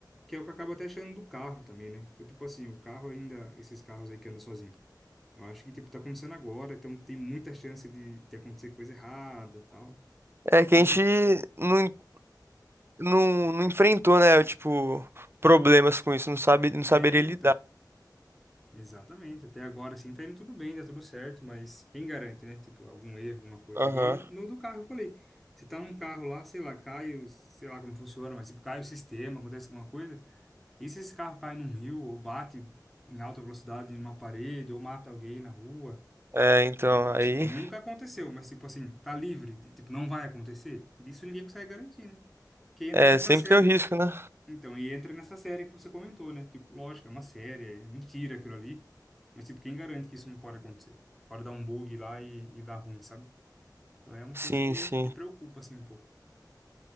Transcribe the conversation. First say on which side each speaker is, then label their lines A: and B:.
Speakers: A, in the centre; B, on the right.
A: que é o que eu acabo até achando do carro também, né? Então tipo assim, o carro ainda, esses carros aí que andam sozinho. Eu acho que tipo tá começando agora, então tem muita chance de, de acontecer coisa errada, tal.
B: É que
A: Então,
B: a gente não, en- não, não enfrentou, né? Tipo, problemas com isso, não sabe, não saberia
A: é, então.
B: lidar.
A: Exatamente. Até agora, assim, tá indo tudo bem, tá tudo certo, mas quem garante, né? Tipo, algum erro, alguma coisa.
B: Aham.
A: Igual no do carro, eu falei. Se tá num carro lá, sei lá, cai, o- sei lá como funciona, mas tipo, cai o sistema, acontece alguma coisa. E se esse carro cai num rio ou bate em alta velocidade em uma parede ou mata alguém na rua?
B: É, então,
A: Então, tipo
B: aí.
A: assim, nunca aconteceu, mas tipo assim, tá livre, de- tipo, não vai acontecer. Disso ninguém consegue garantir, né? Que entra
B: É,
A: nessa
B: sempre
A: série
B: tem o risco, né?
A: então, e entra nessa série que você comentou, né? Tipo, lógico, é uma série, é mentira aquilo ali. Mas, tipo, quem garante que isso não pode acontecer? Pode dar um bug lá e, e dar ruim, sabe? Então é uma
B: Sim,
A: coisa que,
B: sim.
A: que preocupa, assim, um pouco.